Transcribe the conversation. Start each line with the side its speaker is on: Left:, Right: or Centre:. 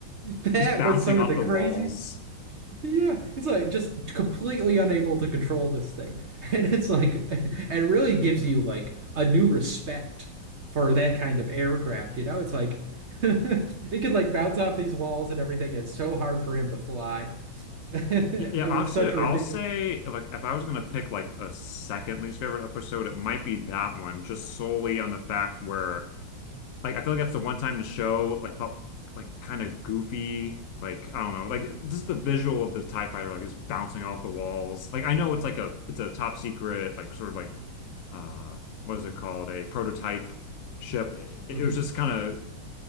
Right: that
Left: Just bouncing
Right: was some
Left: off
Right: of the
Left: the
Right: crazy
Left: walls.
Right: yeah, it's like just completely unable to control this thing. <laughs> And it's like, <laughs> and it really gives you like a new respect for that kind of aircraft, you know? It's like <laughs> it could like bounce off these walls and everything. It's so hard for him to fly. <laughs> It
Left: Yeah, yeah, actually,
Right: was such a
Left: I'll
Right: ridiculous.
Left: say like if I was gonna pick like a second least favorite episode, it might be that one, just solely on the fact where like I feel like that's the one time the show like felt like kind of goofy. Like I don't know, like just the visual of the TIE fighter like just bouncing off the walls. Like I know it's like a it's a top secret like sort of like uh what is it called a prototype ship. It,
Right: Mhm.
Left: it was just kind of